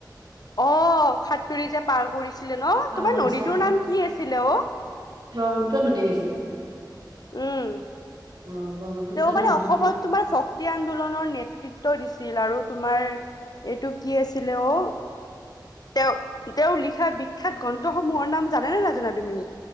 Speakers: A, on the left; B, on the right.
A: অ' সাতৰি যে পাৰ কৰিছিলে ন'
B: পাৰ
A: তোমাৰ
B: কৰিছে
A: নদীটোৰ নাম কি আছিলে অ',
B: ব্ৰহ্মপুত্ৰ নদীৰ নেকি?
A: উম,
B: অ ব্ৰহ্মপুত্ৰ
A: তেওঁ মানে
B: নদী
A: অসমত।
B: নেকি
A: তোমাৰ শক্তি আন্দোলনৰ নেতৃত্ব দিছিল আৰু তোমাৰ এইটো কি আছিলে অ তেওঁ তেওঁৰ লিখা বিখ্যাত গ্ৰন্থসমূহৰ নাম জানেনে নাজানা তুমি?